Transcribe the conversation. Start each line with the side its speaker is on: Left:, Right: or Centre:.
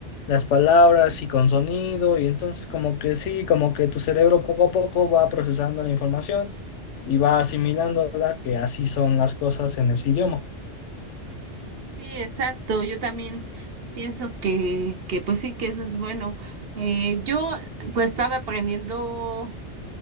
Left: las palabras y con sonido y entonces como que sí, como que tu cerebro poco a poco va procesando la información y va asimilándola, que así son las cosas en ese idioma.
Right: Sí, exacto. Yo también pienso que, que pues sí, que eso es bueno. Eh, yo pues estaba aprendiendo.